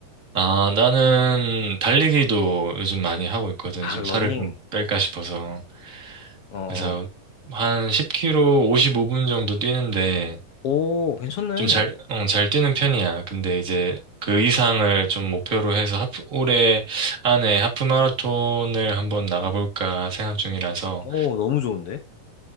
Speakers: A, on the right; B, on the left.
A: 아 나는 달리기도 요즘 많이 하고 있거든.
B: 아,
A: 좀
B: 러닝.
A: 살을 좀 뺄까 싶어서.
B: 어, 어.
A: 그래서 한 1 0 k 오 55분 정도 뛰는데
B: 오, 괜찮네.
A: 좀 잘, 어, 잘 뛰는
B: 어,
A: 편이야. 근데 이제 그 이상을 좀 목표로 해서 하프, 올해 안에 하프 마라톤을 한번 나가볼까 생각 중이라서.
B: 오, 너무 좋은데?